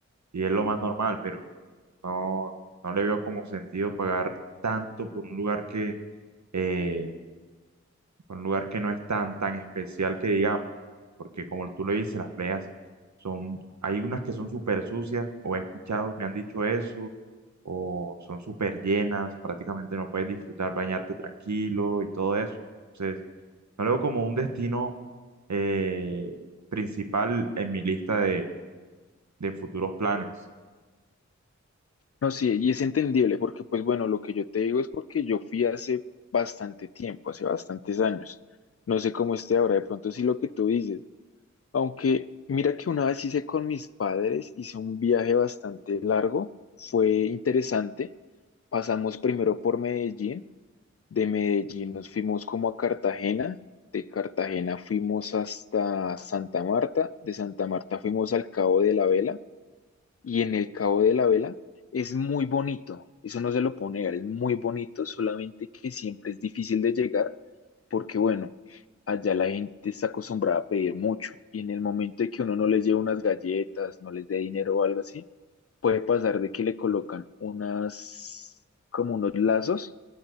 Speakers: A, on the right; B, on the left.
A: y es lo más normal, pero no, no le veo como sentido pagar tanto por un lugar que, eh, por un lugar que no es tan, tan especial que digamos, porque como tú lo dices, las playas son, hay unas que son súper sucias, o he escuchado, me han dicho eso, o son súper llenas, prácticamente no puedes disfrutar, bañarte tranquilo y todo eso. Entonces, no lo veo como un destino eh, principal en mi lista de, de futuros planes.
B: No sí y es entendible porque, pues bueno, lo que yo te digo es porque yo fui hace bastante tiempo, hace bastantes años. No sé cómo esté ahora, de pronto sí lo que tú dices. Aunque mira que una vez hice con mis padres, hice un viaje bastante largo, fue interesante. Pasamos primero por Medellín De Medellín nos fuimos como a Cartagena, de Cartagena fuimos hasta Santa Marta, de Santa Marta fuimos al Cabo de la Vela y en el Cabo de la Vela es muy bonito, eso no se lo puedo negar, es muy bonito, solamente que siempre es difícil de llegar porque bueno, allá la gente está acostumbrada a pedir mucho y en el momento de que uno no les lleve unas galletas, no les dé dinero o algo así, puede pasar de que le colocan unas como unos lazos